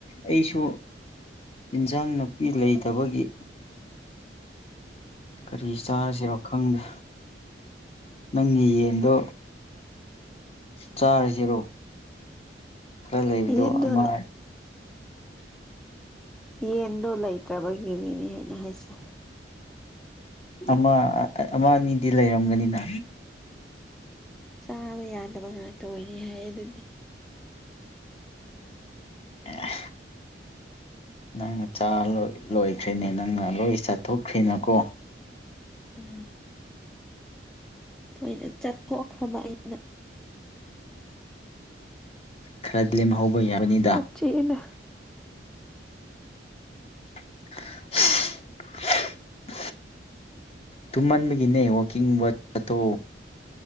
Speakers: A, on the left (about 30°); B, in the centre.
A: ꯑꯩꯁꯨ ꯏꯟꯖꯥꯡ ꯅꯥꯄꯤ ꯂꯩꯇꯕꯒꯤ ꯀꯔꯤ ꯆꯥꯔꯁꯤꯔꯣ ꯈꯪꯗꯦ ꯅꯪꯒꯤ ꯌꯦꯟꯗꯣ ꯆꯥꯔꯤꯁꯤꯔꯣ ꯈꯔ ꯂꯩꯕꯗꯣ
B: ꯌꯦꯟꯗꯣ
A: ꯑꯃ
B: ꯌꯦꯟꯗꯣ ꯂꯩꯇ꯭ꯔꯕꯒꯤꯅꯤꯅꯦ ꯍꯥꯏꯅ ꯍꯥꯏꯁꯦ
A: ꯑꯃ ꯑꯃ ꯑꯅꯤꯗꯤ ꯂꯩꯔꯝꯒꯅꯤꯅ
B: ꯆꯥꯕ ꯌꯥꯗꯕ ꯉꯥꯛꯇ ꯑꯣꯏꯅꯤ ꯍꯥꯏ ꯑꯗꯨꯗꯤ
A: ꯑ ꯅꯪ ꯆꯥ ꯂꯣꯏꯈ꯭ꯔꯔꯤꯅꯦ ꯅꯪꯅ ꯂꯣꯏ ꯆꯥꯊꯣꯛꯈ꯭ꯔꯤꯅꯀꯣ
B: ꯎ ꯊꯣꯏꯅ ꯆꯠꯊꯣꯛꯈ꯭ꯔꯕ ꯑꯩꯅ
A: ꯈꯔꯗꯤ ꯂꯦꯝꯍꯧꯕ ꯌꯥꯕꯅꯤ
B: ꯀ ꯆꯅ
A: <inaudible> ꯇꯨꯝꯃꯟꯕꯒꯤꯅꯦ ꯋꯥꯛꯀꯤꯡ ꯋꯥꯇꯣ